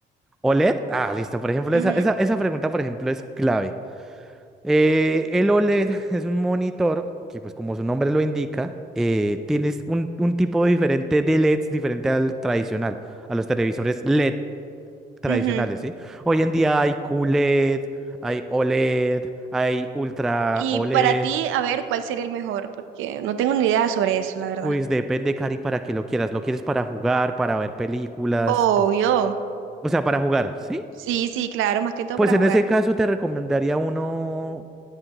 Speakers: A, in the centre; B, on the right.
A: OLED. Ah, listo, por ejemplo, esa,
B: Ujú,
A: esa, esa pregunta, por ejemplo, es clave. Eh, el OLED <laughs> es un monitor que, pues como su nombre lo indica, eh, tienes un, un tipo diferente de LEDs diferente al tradicional, a los televisores LED tradicionales,
B: ujú.
A: ¿sí? Hoy en día hay QLED, hay OLED, hay Ultra
B: Y
A: OLED,
B: para ti, a ver, ¿cuál sería el mejor? Porque no tengo ni idea sobre eso, la verdad.
A: pues depende, Cari, para que lo quieras. ¿Lo quieres para jugar, para ver películas?
B: Obvio.
A: p- O sea, para jugar, ¿sí?
B: Sí, sí, claro, más que todo
A: Pues
B: para
A: en
B: jugar.
A: ese caso te recomendaría uno